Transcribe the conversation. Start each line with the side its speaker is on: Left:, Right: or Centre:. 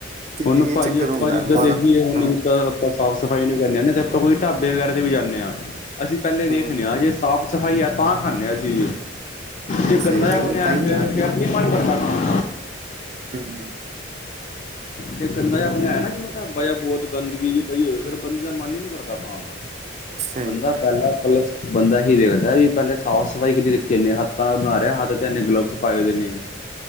Right: ਤੇ
Left: ਹੁਣ
Right: ਇਹ
Left: ਭਾਜੀ
Right: ਚੱਕਰ
Left: ਆਪਾਂ
Right: ਹੁੰਦਾ
Left: ਜਿੱਦਾਂ
Right: ਹੈ ਵਾਦਾ
Left: ਦੇਖੀਏ ਹੁਣ
Right: ਹੂੰ
Left: ਜਿੱਦਾਂ ਆਪਾਂ ਸਾਫ਼- ਸਫ਼ਾਈ ਨੂੰ ਕਰਦੇ ਹਦੇ ਤੇ ਆਪਾਂ ਕੋਈ ਢਾਬੇ ਵਗੈਰਾ ਤੇ ਵੀ ਜਾਂਦੇ ਹਾਂ, ਅਸੀਂ ਪਹਿਲੇ ਵੇਖਦੇ
Right: ਹੂੰ
Left: ਹਾਂ। ਜਜੇ ਸਾਫ -ਸਫਾਈ ਆ ਤਾਂ ਖਾਂਨੇ ਆਸੀ,
Right: ਹੂੰ,
Left: ਜੇ
Right: ਸਹੀ
Left: ਗੰਦਾ ਜਾ
Right: ਗੱਲ
Left: ਨਈ
Right: ਹੈ ਤਾਂ ਹੀ
Left: ਫੇਰ,
Right: ਤਾਂ ਹੈ ਹੀ
Left: ਫੇਰ ਨੀ ਮਨ ਕਰਦਾ ਖਾਣਦਾ।
Right: ਹੂੰ।
Left: ਜੇ ਗੰਦਾ ਜੇਆ ਬਨੇਆ ਹੋਆ ਨਾ ਜਿਵੇਂ ਢਾਬਾ ਜੇਆ ਬੋਤ ਗੰਦਗੀ ਜੀ ਪਈ ਹੋਵੇ। ਫ਼ਿਰ ਬੰਦੇ ਦਾ ਮਨ ਈ ਨੀ ਕਰਦਾ ਖਾਨ ਦਾ। ਅ
Right: ਸਹੀ
Left: ਬੰਦਾ
Right: ਗੱਲ
Left: ਪਾਲਾ
Right: ਹੈ
Left: ਮਤਲਬ ਬੰਦਾ ਏਹੀ ਦੇਖਦਾ ਵੀ, ਪੈਲੇ ਸਾਫ-ਸਫਾਈ ਕਿੰਨੀ ਰੱਖੀ ਏਨੇ ਹੱਥਾਂ ਨਾਲ਼ ਬਣਾ ਰੇਆ। ਹੱਥ ਤੇ ਏਨੇ ਗਲਵਸ ਪਦੇਨੇ। ਏ